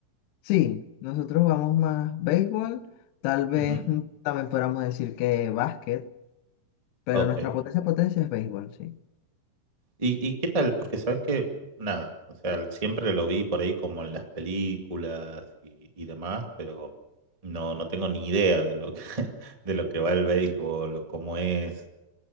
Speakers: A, on the left; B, on the right.
A: Sí, nosotros jugamos más béisbol, tal vez
B: Ujú.
A: mm, también podríamos decir que básquet, pero
B: Ok.
A: nuestra potencia, potencia es béisbol, sí.
B: ¿Y, y qué tal? Porque sabes que, nada, o sea, siempre lo vi por ahí como en las películas y, y demás, pero no, no tengo ni idea de lo que, <laughs> de lo que va el béisbol o cómo es.